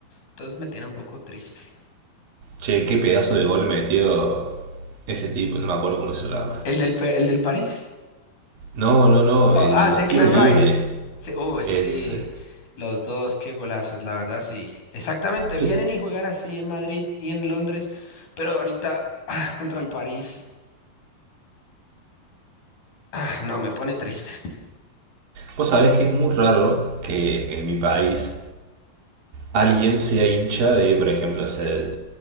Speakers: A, on the left; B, on the right.
A: Entonces me tiene un poco triste.
B: Che, qué pedazo de gol metió ese tipo, no me acuerdo cómo se llama.
A: El del, Pe- el del París.
B: No, no, no,
A: Oh,
B: el-
A: ah, Declan
B: los tiros
A: Rice.
B: libres.
A: Sí, oh, sí.
B: Es. eh,
A: Los dos, qué golazos, la verdad, sí. Exactamente, vienen
B: Yo
A: y juegan así en Madrid y en Londres, pero ahorita ah, contra el París, ah, no, me pone triste.
B: Vos sabés que es muy raro que en mi país alguien sea hincha de, por ejemplo, ese-